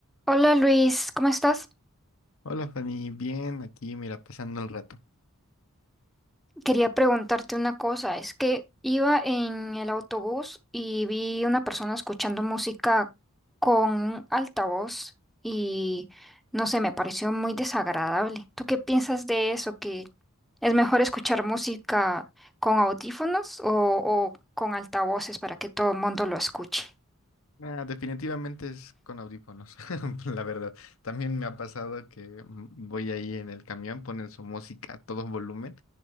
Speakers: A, in the centre; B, on the left.
A: Hola Luis, ¿cómo estás?
B: Hola Fanny, bien, aquí mira, pasando el rato.
A: Quería preguntarte una cosa. Es que iba en el autobús y vi una persona escuchando música con un altavoz y no sé, me pareció muy desagradable. ¿Tú qué piensas de eso? ¿Que es mejor escuchar música con audífonos o, o con altavoces para que todo el mundo lo escuche?
B: Ah, definitivamente es con audífonos, <laughs> la verdad. También me ha pasado que mm, voy ahí en el camión, ponen su música a todo volumen